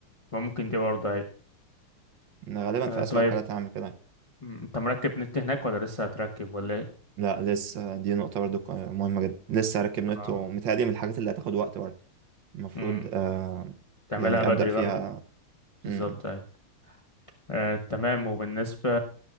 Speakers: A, on the left (about 45°); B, on the right (about 65°).
A: ممكن دي برضه هاي
B: أنا غالبا
A: آه
B: في
A: طيب
B: أسوأ الحالات هعمل كده
A: م، انت مركب نت هناك ولا لسه هتركب ولا ايه
B: لا لسه دي نقطة برضو ك- مهمة جدا لسه هركب نت
A: آه.
B: ومتهيألي من الحاجات اللي هتاخد وقت برضو المفروض
A: م،
B: آه
A: تعملها
B: يعني
A: بدري
B: أبدأ فيها
A: بقى بالظبط
B: م- م.
A: هاي آه تمام وبالنسبة